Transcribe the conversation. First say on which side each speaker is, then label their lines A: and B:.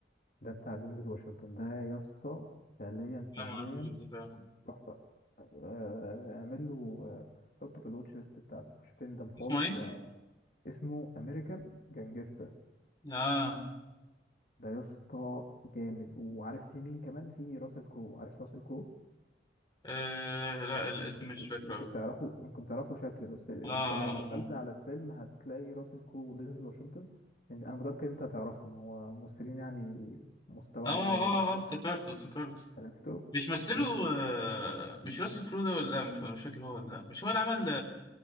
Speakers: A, on the left; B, on the left.
A: ده بتاع دينزل واشنطن ده يا اسطى فعليا فعليا
B: لا ما اعرفوش ده فعلا
A: تحفه آه، اعمل له آه، حطه في الواتش ليست بتاعتك مش هتندم خالص
B: اسمه ايه؟
A: واسمه امريكان جانجستا
B: اه,
A: ده يا اسطى جامد وعارف في مين كمان في راسل كرو عارف راسل كرو
B: آه لا الاسم
A: يمكن
B: مش
A: ت-
B: فاكره
A: يمكن
B: أوي.
A: تعرفوا يمكن تعرفوا شكل بس انت
B: اه
A: لو دخلت
B: اه
A: على الفيلم هتلاقي راسل كرو ودينزل واشنطن إن- انا متأكد انت هتعرفهم هو ممثلين يعني مستوى
B: اه اه
A: عالي
B: اه
A: جدا
B: آه، افتكرته افتكرته
A: عرفته
B: مش مثله
A: يس
B: آه، مش راسل كرو ده ولا لا مش ولا مش فاكر هو ولا لا مش هو اللي عمل